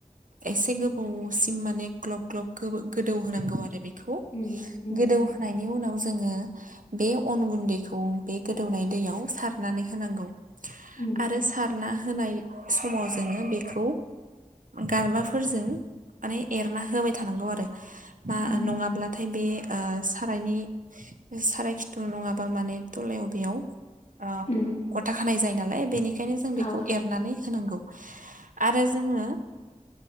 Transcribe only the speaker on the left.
उम उम
उम
उम
उम
औ